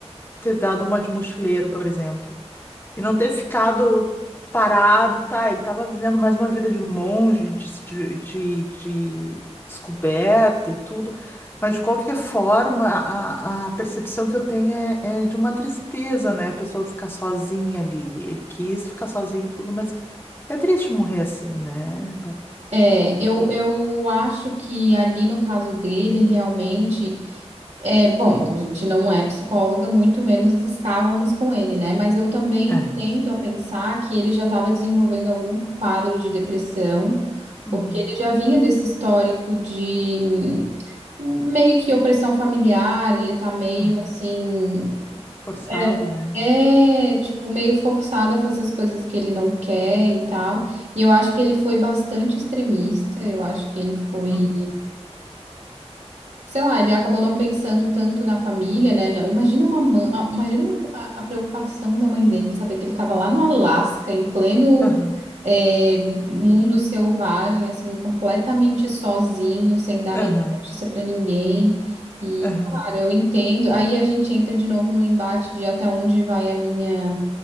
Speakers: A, on the left; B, on the right.
A: ter dado uma de mochileiro, por exemplo. E não ter ficado parado, tá? Ele estava vivendo mais uma vida de monge, de, se de, de- de descoberta e tudo, mas de qualquer forma, a, a percepção que eu tenho é, é de uma tristeza, né? A pessoa ficar sozinha ali. Ele quis ficar sozinho e tudo, mas é triste morrer assim, né, Bárbara?
B: É, eu, eu acho que ali no caso dele, realmente, é, bom, a gente não é psicóloga, muito menos estávamos com ele, né? Mas eu também
A: É.
B: tendo a pensar que ele já estava desenvolvendo algum quadro de depressão,
A: Uhum.
B: porque ele já vinha desse histórico de hum, meio que opressão familiar, ele tá meio
A: Uhum.
B: assim.
A: Forçado,
B: É,
A: né?
B: é, tipo, meio forçado a fazer as coisas que ele não quer e tal. E eu acho que ele foi bastante extremista. Eu acho que ele foi,
A: Uhum.
B: sei lá, ele acabou não pensando tanto na família, né? Não, imagina uma mãe, ah, imagina a, a preocupação da mãe dele de saber que ele estava lá no Alasca, em pleno,
A: Aham,
B: é, mundo selvagem, assim, completamente sozinho, sem dar
A: aham,
B: nenhuma notícia pra ninguém. E,
A: aham,
B: claro, eu entendo. Aí a gente entra de novo no embate de até onde vai a minha